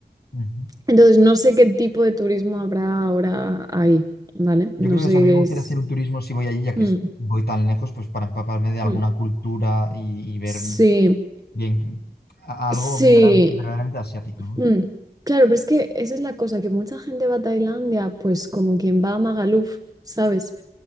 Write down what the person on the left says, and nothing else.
Ujú.
Yo creo
que, o sea,
a mí me gustaría
hacer un turismo si voy allí, ya
que es- voy tan lejos, pues para empaparme de alguna
cultura y, y ver
bien a-
algo vera- verdaderamente asiático, ¿no?